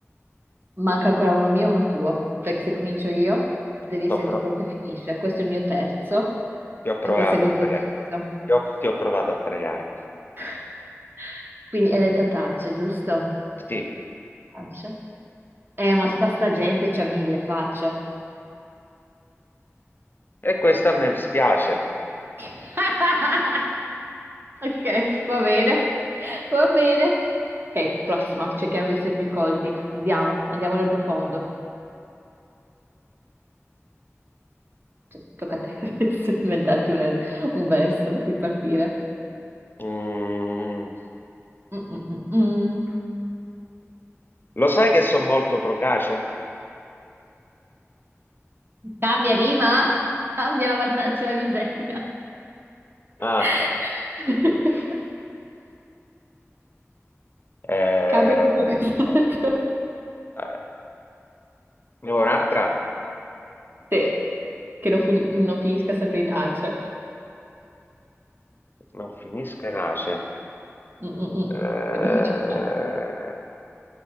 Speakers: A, on the right; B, on the left.
A: Manca ancora uno mio e uno tuo, perché se comincio io devi
B: Sto
A: essere
B: pro-
A: tu quello che finisce. Questo è il mio terzo
B: ti ho provato
A: e poi segue
B: a
A: il
B: fregare.
A: tuo terzo.
B: Ti ho, ti ho provato a fregare.
A: <laughs> Quindi hai detto tacce, giusto?
B: Sì,
A: Tacce. Eh, ma sta, sta gente c'ha mille facce.
B: e questo a me spiace.
A: <laughs> Ok, va bene, va bene. Ok, prossima, cerchiamo di essere più colti. Andiamo, andiamo nel profondo. Cioè, tocca a te <laughs> adesso inventarti una- un verso da cui partire.
B: Mm,
A: Mm, mm, mm, mm.
B: lo sai che sono molto procace?
A: Cambia rima! Cambia la mannaggia la miseria!
B: Ah,
A: <laughs>
B: eh,
A: Cambia con qualcos'altro.
B: eh, ne vuoi un'altra?
A: Te, che non, funi- non finisca sempre in ace.
B: non finisca e nasce.
A: Mm, mm, mm,
B: Eh,
A: Che abbiamo già fatto.